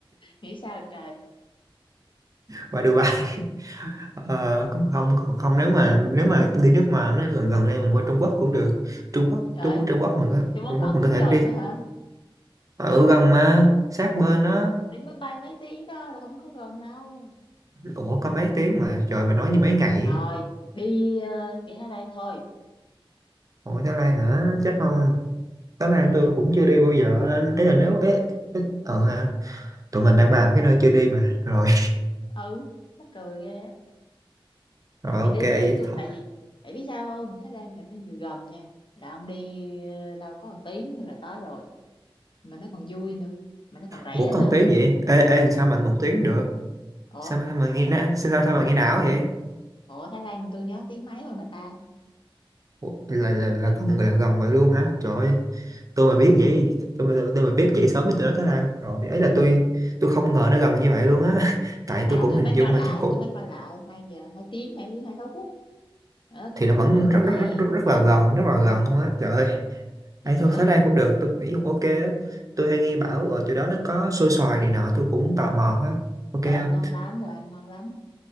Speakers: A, on the left; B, on the right.
A: nghĩ sao trời
B: qua Dubai <laughs> Ờ, cũng không còn không nếu mà nếu mà đi nước ngoài nó gần gần đây mình qua Trung Quốc cũng được Trung Quốc
A: Trời
B: Trung Quốc
A: ơi,
B: Trung Quốc mình có,
A: Trung Quốc
B: Trung
A: là
B: Quốc
A: ông
B: mình
A: tính
B: có thể
A: gần
B: đi
A: á hả
B: ở gần mà sát bên đó
A: Đi máy bay mấy tiếng đó là không có gần đâu
B: ủa có mấy tiếng mà trời bà nói như mấy ngày
A: Thôi đi ờ, đi Thái Lan thôi
B: ủa Thái Lan hả chắc không Thái Lan tôi cũng chưa đi bao giờ ấy là nếu ấy, ấy, ờ ha tụi mình đang bàn cái nơi chưa đi mà rồi
A: ừ mắc cười ghê á
B: <laughs> rồi
A: thì
B: ok
A: đi
B: vậy
A: đi tôi
B: thôi.
A: tại vì tại biết sao không Thái Lan là nó vừa gần nha là ông đi ờ, đâu có một tiếng là tới rồi mà nó còn vui nữa mà nó còn rẻ
B: ủa còn
A: nữa
B: tiếng vậy ê ê sao mình một tiếng được
A: ủa
B: sao mà mà nghe nã sao sao sao mà nghe não vậy
A: ủa Thái Lan tôi nhớ tiếng mấy rồi mà ta
B: ủa, là là là gần là gần vậy luôn hả trời ơi, tôi mà biết vậy tôi mà tôi, tôi mà biết vậy sớm thì tôi nói Thái Lan rồi ấy là tôi tôi không ngờ nó gần như vậy luôn á <laughs> tại
A: à
B: tôi cũng
A: tôi
B: hình
A: mới
B: dung
A: coi
B: là
A: lại
B: chắc cũng
A: tôi mới coi lại hai giờ hai tiếng hai tiếng hai sáu phút ờ, cũng
B: thì
A: hai
B: nó vẫn
A: tiếng rưỡi
B: rất
A: chứ mấy
B: rất rất rất, rất là gần rất là gần luôn á trời ơi ăn
A: gì nữa
B: thơm Thái Lan cũng được tôi nghĩ cũng ok đó tôi hay nghe bảo ở chỗ đó nó có xôi xoài này nọ tôi cũng tò mò á ok
A: trời
B: không
A: ơi, ngon lắm đồ ăn ngon lắm